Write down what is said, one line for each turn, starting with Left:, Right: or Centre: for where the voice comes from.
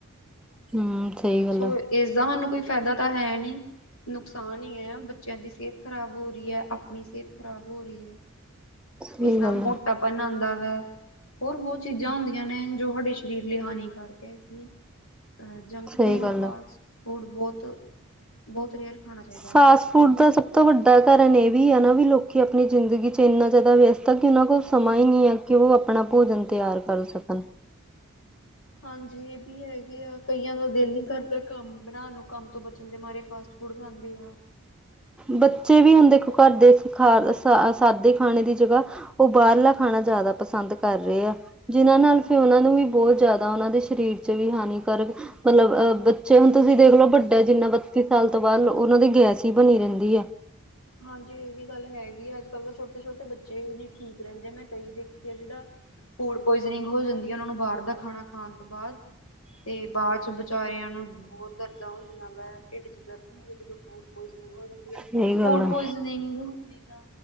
Centre: ਹਮ ਸਹੀ ਗੱਲ
Left: ਸੋ
Centre: ਆ
Left: ਇਸਦਾ ਸਾਨੂੰ ਕੋਈ ਫਾਇਦਾ ਤਾਂ ਹੈ ਨਹੀਂ, ਨੁਕਸਾਨ ਹੀ ਹੈ ਬੱਚਿਆਂ ਦੀ ਸਿਹਤ ਖ਼ਰਾਬ ਹੋ ਰਹੀ ਹੈ ਆਪਣੀ ਸਿਹਤ ਖ਼ਰਾਬ ਹੋ ਰਹੀ ਹੈ,
Centre: ਸਹੀ
Left: ਇਸ ਨਾਲ
Centre: ਗੱਲ ਆ
Left: ਮੋਟਾ ਪਨ ਆਉਂਦਾ ਵਾ, ਹੋਰ ਬਹੁਤ ਚੀਜ਼ਾਂ ਹੁੰਦੀਆਂ ਨੇ ਜੋ ਸਾਡੇ ਸਰੀਰ ਲਈ ਹਾਨੀਕਾਰਕ ਹੈ ਇਸ ਲਈ ਜੰਕ
Centre: ਸਹੀ
Left: ਫੂਡ,
Centre: ਗੱਲ
Left: ਫਾਸਟ
Centre: ਆ
Left: ਫੂਡ ਬਹੁਤ ਬਹੁਤ ਰੇਅਰ ਖਾਣਾ ਚਾਹੀਦਾ
Centre: ਫਾਸਟ
Left: ਸਾਨੂੰ।
Centre: ਫੂਡ ਦਾ ਸਭ ਤੋਂ ਵੱਡਾ ਕਾਰਨ ਇਹ ਵੀ ਹੈ ਨਾ ਵੀ ਲੋਕੀ ਆਪਣੀ ਜ਼ਿੰਦਗੀ ਚ ਇੰਨਾ ਜ਼ਿਆਦਾ ਵਿਅਸਤ ਤਾਂ ਕਿ ਉਹਨਾਂ ਕੋਲ ਸਮਾਂ ਹੀ ਨਹੀਂ ਹੈ ਕਿ ਉਹ ਆਪਣਾ ਭੋਜਨ ਤਿਆਰ ਕਰ ਸਕਣ।
Left: ਹਾਂਜੀ ਇਹ ਵੀ ਹੈਗੇ ਆ ਕਈਆਂ ਦਾ ਦਿਲ ਨੀ ਕਰਦਾ ਕੰਮ ਬਣਾਉਣ ਨੂੰ ਕੰਮ ਤੋਂ ਬਚਣ ਦੇ ਮਾਾਰੇ ਫਾਸਟ ਫੂੜ ਖਾਂਦੀ ਹਾਂ
Centre: ਬੱਚੇ ਵੀ ਹੁਣ ਦੇਖੋ ਘਰ ਦੇ ਖਾ ਸਾਦੇ ਖਾਣੇ ਦੀ ਜਗ੍ਹਾ। ਉਹ ਬਾਹਰਲਾ ਖਾਣਾ ਜ਼ਿਆਦਾ ਪਸੰਦ ਕਰ ਰਹੇ ਆ। ਜਿਹਨਾਂ ਨਾਲ ਫਿਰ ਉਹਨਾਂ ਨੂੰ ਵੀ ਬਹੁਤ ਜ਼ਿਆਦਾ ਉਹਨਾਂ ਦੇ ਸਰੀਰ 'ਚ ਵੀ ਹਾਨੀਕਾਰਕ। ਮਤਲਬ ਅਹ ਬੱਚੇ ਹੁਣ ਤੁਸੀਂ ਦੇਖਲੋ ਵੱਡਾ ਜਿੰਨਾ ਬੱਤੀ ਸਾਲ ਤੋਂ ਬਾਅਦ ਉਹਨਾਂ ਦੇ ਗਿਆ ਸੀ। ਕਿ ਬਣੀ ਰਹਿੰਦੀ ਹੈ।
Left: ਹਾਂਜੀ ਇਹ ਵੀ ਗੱਲ ਹੈਗੀ ਆ ਅੱਜ ਕੱਲ੍ਹ ਦੇ ਛੋਟੇ ਛੋਟੇ ਬੱਚੇ ਨਹੀਂ ਠੀਕ ਰਹਿੰਦੇ ਮੈਂ ਕਈ ਦੇਖੀਏ ਜਿਹੜਾ। ਫੂਡ ਪੁਆਇਜਨਿੰਗ ਹੋ ਜਾਂਦੀ ਹੈ ਉਹਨਾਂ ਨੂੰ ਬਾਹਰ ਦਾ ਖਾਣਾ। ਖਾਣ ਤੋਂ ਬਾਅਦ ਤੇ ਬਾਅਦ 'ਚ ਵਿਚਾਰਿਆਂ ਨੂੰ ਬਹੁਤ ਦਰਦਾਂ ਹੁੰਦੀਆਂ ਵਾ ਢਿੱਡ। ਹੁੰ ਜਦੋਂ ਫੂਡ ਪੁਆਇਜ਼ਨਿੰਗ ਹੋ ਜਾਂਦੀ ਆ
Centre: ਸਹੀ ਗੱਲ
Left: ਫੂਡ
Centre: ਆ
Left: ਪੁਆਇਜ਼ਨਿੰਗ ਹੁੰਦੀ ਤਾਂ